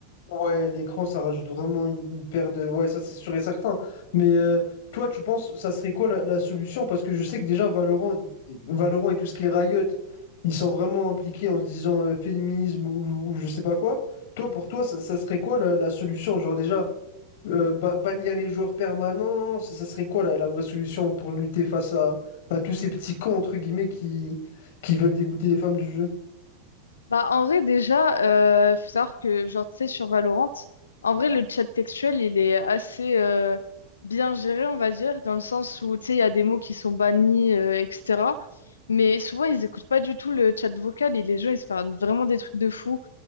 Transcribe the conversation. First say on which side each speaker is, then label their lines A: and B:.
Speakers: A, on the left (about 55°); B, on the left (about 70°).
A: Ouais, l'écran, ça rajoute vraiment une, une paire de... Ouais, ça c'est sûr et certain. Mais euh, toi, tu penses, ça serait quoi la, la solution? Parce que je sais que déjà, Valorant, i- Valorant et tout ce qui est Riot, ils sont vraiment impliqués en se disant euh, féminisme ou, ou je sais pas quoi. Toi, pour toi, ça, ça serait quoi la, la solution? Genre déjà, euh, ba- bannir les joueurs permanents, ça, ça serait quoi la, la vraie solution pour lutter face à, à tous ces petits cons, entre guillemets, qui, qui veulent dégoûter les femmes du jeu?
B: Bah, en vrai, déjà, euh, faut savoir que, genre, tu sais, sur Valorant, en vrai, le chat textuel, il est assez euh, bien géré, on va dire, dans le sens où, tu sais, il y a des mots qui sont bannis, euh, etc. Mais souvent, ils écoutent pas du tout le chat vocal et les gens, ils se font vraiment des trucs de fou.